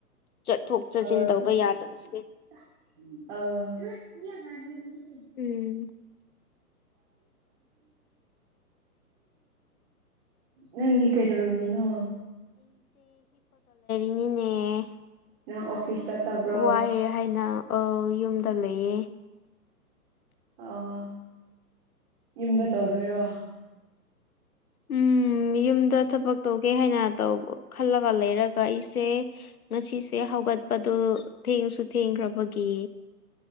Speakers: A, on the left; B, on the right.
A: ꯆꯠꯊꯣꯛ
B: ꯑꯥ
A: ꯆꯠꯁꯤꯟ ꯇꯧꯕ ꯌꯥꯗꯕꯁꯦ
B: ꯑꯥ
A: ꯎꯝ
B: ꯅꯪꯗꯤ ꯀꯩꯗꯧꯔꯝꯃꯤꯅꯣ
A: ꯅꯤꯅꯦ
B: ꯅꯪ ꯑꯣꯐꯤꯁ ꯆꯠꯇꯕ꯭ꯔꯣ
A: ꯋꯥꯏꯑꯦ ꯍꯥꯏꯅ ꯑ ꯌꯨꯝꯗ ꯂꯩꯌꯦ
B: ꯑꯣ ꯌꯨꯝꯗ ꯇꯧꯗꯣꯏꯔꯣ
A: ꯎꯝ ꯌꯨꯝꯗ ꯊꯕꯛ ꯇꯧꯒꯦ ꯍꯥꯏꯅ ꯇ ꯈꯜꯂꯒ ꯂꯩꯔꯒ ꯑꯩꯁꯦ ꯉꯁꯤ ꯁꯦ ꯍꯧꯒꯠꯄꯗꯨꯣ ꯊꯦꯡꯁꯨ ꯊꯦꯡꯈ꯭ꯔꯕꯒꯤ